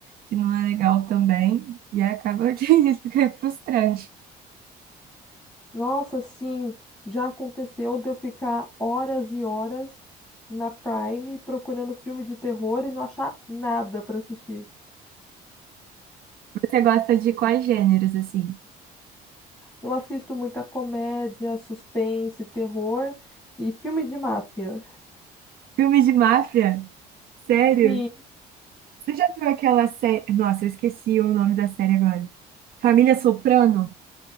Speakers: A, on the right; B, in the centre.
A: que não é legal também, e acaba que <laughs> fica frustrante.
B: Nossa, sim, já aconteceu de eu ficar horas e horas na Prime procurando filme de terror e não achar nada para assistir.
A: Você gosta de quais gêneros, assim?
B: Eu assisto muita comédia, suspense, terror e filme de máfia.
A: Filme de máfia? Sério?
B: Sim,
A: Você já viu aquela série? Nossa, eu esqueci o nome da série agora. Família Soprano?